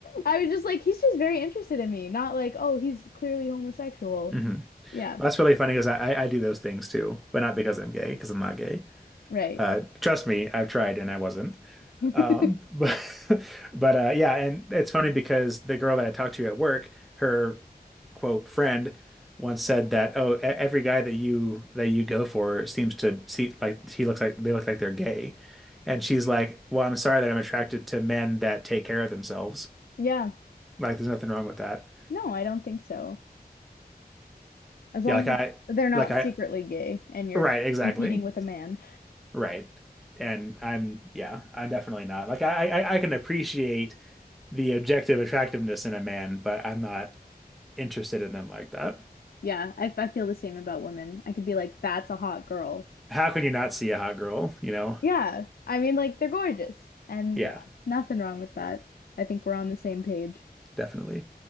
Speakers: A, on the left; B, in the centre.
A: I was just like, he's just very interested in me. Not like, oh, he's clearly homosexual.
B: hmm Well,
A: Yeah,
B: that's really funny because I, I I do those things too, but not because I'm gay, because I'm not gay.
A: right.
B: Uh, trust me, I've tried and I wasn't.
A: <laughs>
B: Um, but <laughs> but uh, yeah, and it's funny because the girl that I talked to at work, her quote friend once said that, oh, e- every guy that you that you go for seems to see like he looks like they look like they're gay. And she's like, well, I'm sorry that I'm attracted to men that take care of themselves.
A: Yeah,
B: Like there's nothing wrong with that.
A: no, I don't think so. As
B: Yeah,
A: long
B: like I
A: as they're not
B: like I
A: secretly gay and you're
B: right, exactly.
A: competing with a man.
B: Right. And I'm yeah, I'm definitely not. Like I I, I can appreciate the objective attractiveness in a man, but I'm not interested in them like that.
A: Yeah, I, I feel the same about women. I could be like, that's a hot girl.
B: How
A: But
B: can you not see a hot girl, you know?
A: yeah, I mean, like, they're gorgeous. And
B: Yeah,
A: yeah, nothing wrong with that. I think we're on the same page.
B: definitely.